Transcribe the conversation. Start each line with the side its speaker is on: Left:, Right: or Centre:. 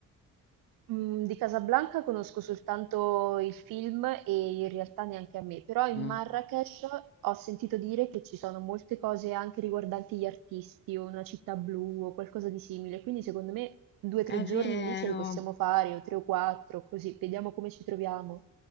Right: Mm, di Casablanca conosco soltanto il film e in realtà neanche a me, però in
Left: Mm.
Right: Marrakech ho sentito dire che ci sono molte cose anche riguardanti gli artisti o una città blu o qualcosa di simile, quindi secondo me due
Left: È
Right: o tre giorni
Left: vero.
Right: lì ce li possiamo fare o tre o quattro, così vediamo come ci troviamo.